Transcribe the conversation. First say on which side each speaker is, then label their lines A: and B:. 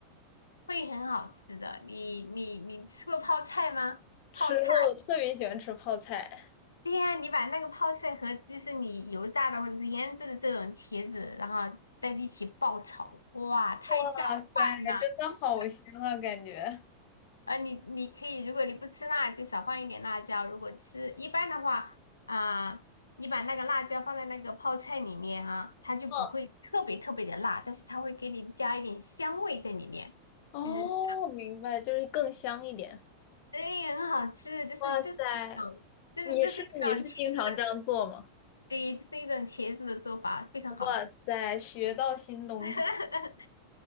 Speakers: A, on the left; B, on the left.
A: 会很好吃的。你你你吃过泡菜吗？
B: 吃过，
A: 泡菜，
B: 我特别喜欢吃泡菜。
A: 对呀，你把那个泡菜和就是你油炸的或者是腌制的这种茄子，然后在一起爆炒，哇，太下饭了，
B: 哇塞，真的好香啊，
A: 真的。
B: 感觉。
A: 呃，你你可以，如果你不吃辣，就少放一点辣椒。如果吃，一般的话，啊、你把那个辣椒放在那个泡菜里面哈、它就不会特别特别的辣，
B: 嗯。
A: 但是它会给你加一点香味在里面，
B: 哦，
A: 就是
B: 明白，就是更香一点。
A: 对，很好吃。就是这是一种，
B: 哇塞，
A: 这是这是一种茄子的，
B: 你是你是经常这样做吗？
A: 对，这是一种茄子的做法，非常好吃。
B: 哇塞，学到新东西了
A: <laughs>